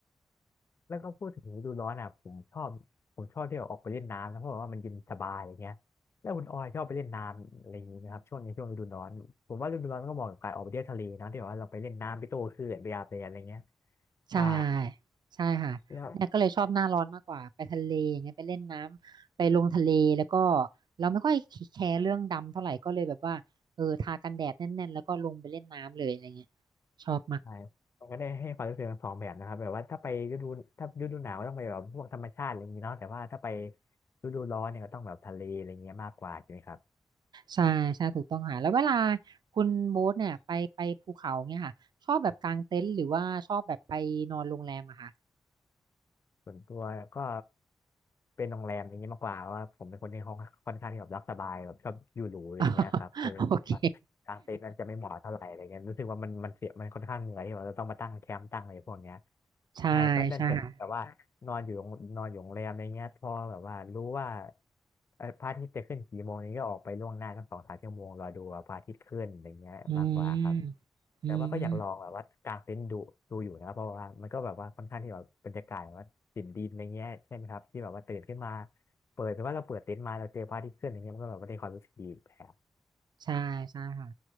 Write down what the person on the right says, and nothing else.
ใช่
ใช่ค่ะเนี่ยก็เลยชอบหน้าร้อนมากกว่าไปทะเลอย่างเงี้ยไปเล่นน้ำไปลงทะเลแล้วก็
เราไม่ค่อยแคร์เรื่องดำเท่าไหร่ก็เลยแบบว่าเออทากันแดดแน่นๆแล้วก็ลงไปเล่นน้ำเลยอะไรเงี้ยชอบมาก
ใช่ใช่ถูกต้องค่ะแล้วเวลาคุณโบ๊ทเนี่ยไปไปภูเขาเนี่ยค่ะชอบแบบกางเต็นท์หรือว่าชอบแบบไปนอนโรงแรมอะค่ะ
<laughs> โอเค <laughs> ใช่ใช่ค่ะ
อืมอืม
ใช่ใช่ค่ะ